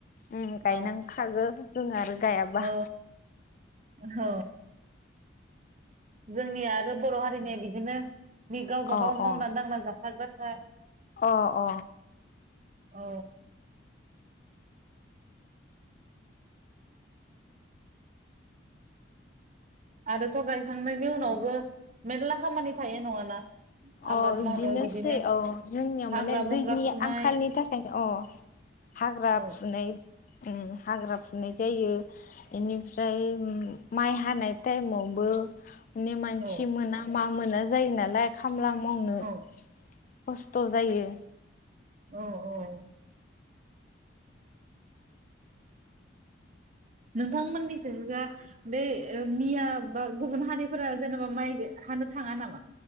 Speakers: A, on the left; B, on the right.
A: उम गायनांखागो
B: औ
A: जोंहा आरो गायाबा
B: औ औ। जोंनि आरो बर हारिनिया बिदिनो बि गावबा
A: अ
B: गाव
A: अ
B: मावना दांना जाखाग्रा <unintelligible>
A: अ अ
B: औ आरोथ गायखांनायनि उनावबो मेरला खामानि थायो नङाना
A: अ
B: आबाद
A: बिदिनोसै
B: मावनायाव बिदिनो
A: औ जोंनियाव
B: हाग्रा
A: माने
B: बंग्रा
A: दैनि
B: फुनाय
A: आंखालनि थाखायनो औ हाग्रा
B: औ
A: फुनाय हाग्रा फुनाय जायो बेनिफ्राय माइ हानाय टाइमावबो मानसि
B: औ
A: मोना मा मोना जायो नालाय खामला मावनो
B: औ
A: खस्थ जायो
B: औ औ नोंथांमोननिथिं जाय बे मिया बा गुबुन हारिफोरा जेनेबा माइ हानो थाङा नामा